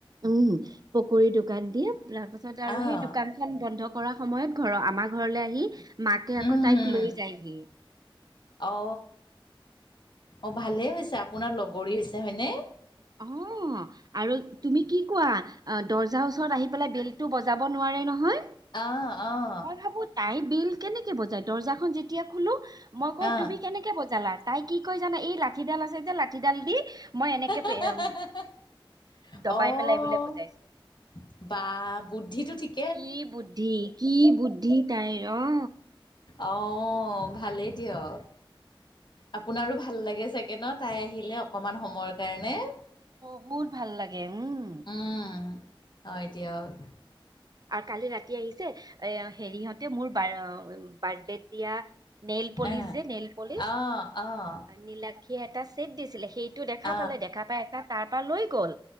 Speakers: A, on the right (about 45°); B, on the left (about 55°).
A: উম পকৰী দোকান দি তাৰ পাছত আৰু
B: আহ
A: সেই দোকানখন বন্ধ কৰা। সময়ত ঘৰৰ আমাৰ ঘৰলৈ আহি। মাকে আকৌ
B: উম
A: তাইক
B: হম
A: লৈ যায়হি।
B: অ অ ভালেই হৈছে আপোনাৰ লগৰী হৈছে হয়নে।
A: অ আৰু তুমি কি কোৱা দৰ্জাৰ ওচৰত আহি পেলাই বেল। বজাব নোৱাৰে নহয়
B: আহ আহ
A: মই ভাবো তাই বিল কেনেকে। বজাই দৰ্জাখন যেতিয়া খোলো মই কউ
B: আহ
A: তুমি কেনেকে বজালা তাই কি কয় জানা এই লা। লাঠিডাল আছে যে লাঠিডাল দি। মই
B: হ
A: এনেকে
B: হ হ হ হ‌
A: দবাই
B: হ
A: পেলাইবলে
B: হ
A: বুজাইছে।
B: অ। বা বুদ্ধিটো ঠিক।
A: কি বুদ্ধি কি বুদ্ধি তাইৰ অ।
B: অ ভালেই দিয়ক আপোনাৰো ভাল লাগে। ছেকেণ্ডত তাই আহিলে অকমান সময়ৰ কাৰণে।
A: বহুত ভাল লাগে উম।
B: উম হয় দিয়া ক।
A: আৰু কালি ৰাতি আহিছে এ হেৰিহঁতে মোৰ। বাৰ্থডেত দিয়া নেল পলিচ
B: আহ
A: যে নেল পলিচ
B: আহ
A: নীলাক্ষীয়ে এটা চেট দিছিলে সেইটো দেখা
B: আহ
A: পালে দেখা পাই এটা তাৰ লৈ গল,